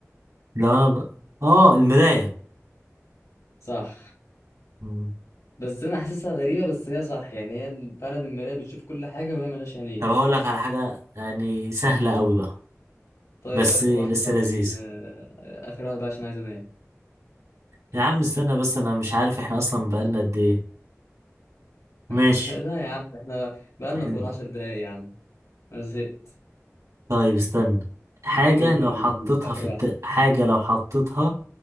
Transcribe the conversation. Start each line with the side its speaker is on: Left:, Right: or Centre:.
Right: لو انا ب... اه المرايه
Left: صح
Right: مم.
Left: بس أنا حاسسها غريبة بس هي صح يعني هي ال- فعلا المراية بتشوف كل حاجة وهي ملهاش عينين
Right: طب هقول لك على حاجه يعني سهله قوي بقى
Left: طيب
Right: بس
Left: آخر
Right: لسه
Left: واحدة بقى
Right: لذيذه
Left: عشان آه، آخر واحدة بقى عشان عايز أنام
Right: يا عم استنى بس انا مش عارف احنا اصلا بقالنا قد ايه ماشي
Left: <laughs> لا يا عم إحنا بقالنا
Right: مم.
Left: فوق العشر دقايق يا عم أنا زهقت
Right: طيب استنى حاجة
Left: قول
Right: لو
Left: قول
Right: حطيتها
Left: قول آخر
Right: في الت...
Left: واحدة
Right: حاجة لو حطيتها